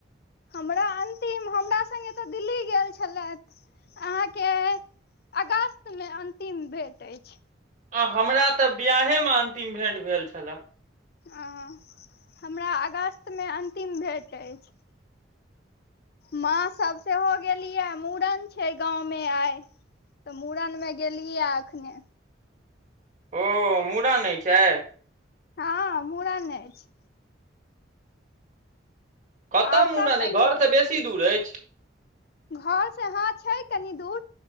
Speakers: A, on the left; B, on the right.
A: हमरा अन्तिम हमरा सगेऽ दिल्ली गेल छल‌एथ अहाँके अगस्त मे अंतिम भेट छै
B: आ हमरा तऽ बिआहेमे अन्तिम भेंट भेल छलए
A: ह हमरा अगस्त मे अंतिम भेट अइछ माँ सब सेहो गेलियै मुरन छै गाँव मे आइ तऽ मुरन मे गेलियै अखने
B: ओ मूड़न आइ छै
A: हँ मुरन अछी
B: कतै
A: आओर
B: मुरन
A: सभ कहियौ
B: आई घर से बेसी दूर अछ
A: घर से हँ छै कनि दूर